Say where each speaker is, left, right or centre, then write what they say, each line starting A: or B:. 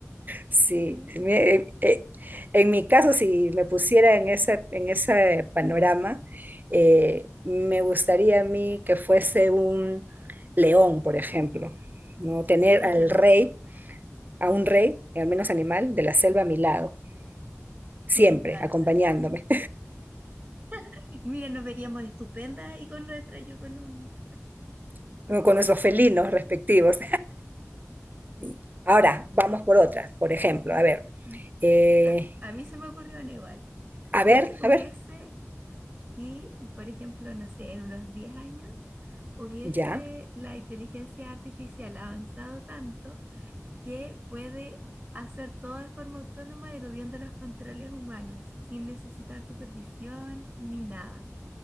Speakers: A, on the right; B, on the right.
A: Sí,
B: Sí.
A: sí, me- eh, eh, en mi caso, si me pusiera en ese, en ese panorama, eh, me gustaría a mí que fuese un león, por ejemplo, ¿no? Tener
B: Ay,
A: al
B: qué hermoso.
A: rey, a un rey, al menos animal, de la selva a mi lado, siempre
B: Me encanta.
A: acompañándome,
B: <laughs> Mira, nos veríamos estupendas ahí con nuestra, yo con un...
A: <laughs> con con nuestros felinos respectivos.
B: sí.
A: Sí. Ahora, vamos por otras. Por ejemplo, a ver,
B: mm,
A: eh,
B: A, a mí se me ocurrió una igual.
A: a
B: Si
A: ver,
B: hubiese,
A: a ver,
B: si, por ejemplo, no sé, en unos 10 años, hubiese
A: ya.
B: la inteligencia artificial avanzado tanto que puede hacer todo de forma autónoma, eludiendo los controles humanos, sin necesitar supervisión ni nada.